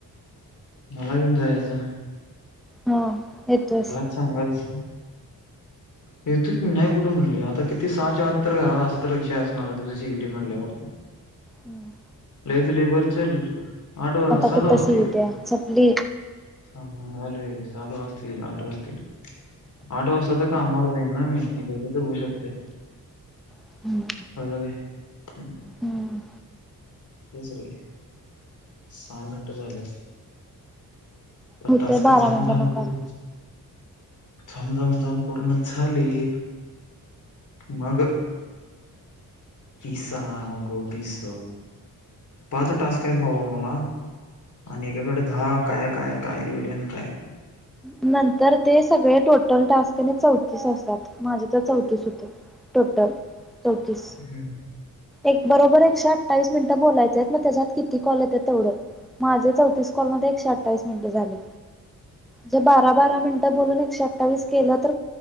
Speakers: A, on the left; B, in the centre.
A: मला घेऊन जा यायचं.
B: हा येतोयस
A: सांगायच. येतो की नाही कुठे म्हणली आता किती सहा च आत तर घरा असा तर विषय असणार आहे तुझी सीईटी म्हणट ल्यावर
B: हम्
A: लाईट लई बर चल आठ
B: आता
A: सातवाज
B: कुठं
A: वाजतील.
B: सीईटी आहे संपली
A: ह ह अल सात वाजतील आठ वाजतील असतील आ तर कामावर जाईन ना मी ए तर होऊ शकते
B: हम्म
A: बघ बाई आहे. ह
B: हम्म
A: तसरे सहा मिनटं झाल्या.
B: होतय
A: टस्क
B: बारा
A: झमझम
B: मिनिटांन कॉल
A: करून झमझम झम पूर्ण झाली मग पिसा होगो पिस पाच टास्क आहे बाबा मला आणि एकाकडें दहा काय काय काय लिहवलय आणि काय
B: नंतर ते सगळे टोटल टास्कने चौतीस असतात माझे तर चौतीस होते. टोटल चौतीस
A: हम्म.
B: एक बरोबर एकशे अठ्ठावीस मिनिटं बोलायचं आहेत मग त्याच्यात किती कॉल येते तेवढं माझे चौतीस कॉलमध्येध्ये एकशे अठ्ठावीस मिनिटे झाले जे बारा बारा मिनिटं बोलून एकशे अठ्ठावीस केलं तर